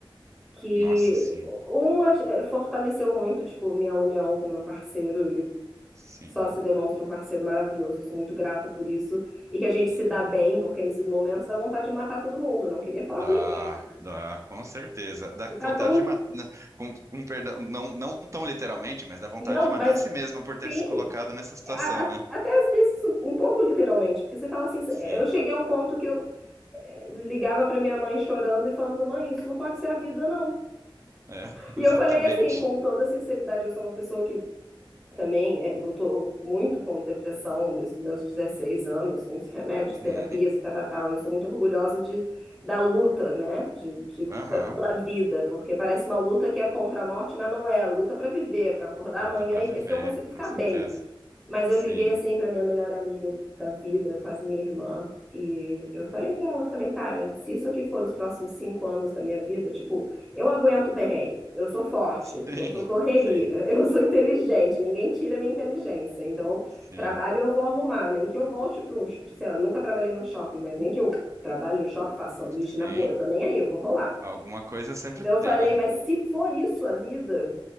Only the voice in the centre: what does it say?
que
um ach- eh, fortaleceu muito, tipo, minha união com meu parceiro, ele
só se demonstra um parceiro maravilhoso, eu sou muito grata por isso, e que a gente
se dá bem, porque nesses momentos dá vontade de matar todo mundo, eu não queria falar
com ninguém.
Você tá
tão...
Não,
mas
sim,
a- a-
até às vezes um, um pouco literalmente, porque você fala assim,
eh, eu cheguei a um ponto que eu eh, ligava pra minha mãe chorando e falando, mãe, isso não pode ser a vida, não.
E eu
falei assim, com toda sinceridade, eu sou uma pessoa que também é, lutou muito com depressão desde os meus 16 anos, muitos remédios,
terapias, tal, tal, tal. Eu sou muito orgulhosa de, da luta, né? De, de,
pela vida, porque parece uma luta que é contra a morte, mas não é. é Luta para viver, para acordar
amanhã
e
ver se eu consigo ficar
bem. Mas
eu liguei assim pra minha melhor amiga da vida, quase minha irmã, e eu falei pra ela, eu falei, cara, se isso aqui for os próximos cinco anos da minha vida, tipo, eu aguento perrengue, eu sou forte,
eu sou correria,
<laughs> eu sou inteligente, ninguém tira minha inteligência, então
trabalho eu vou arrumar, nem que eu volte para um, sei lá, eu nunca trabalhei num shopping, mas nem que eu trabalhe no shopping, faça sanduíche
na rua, eu tô nem aí, eu vou rolar.
Mas eu falei,
mas se for isso a vida,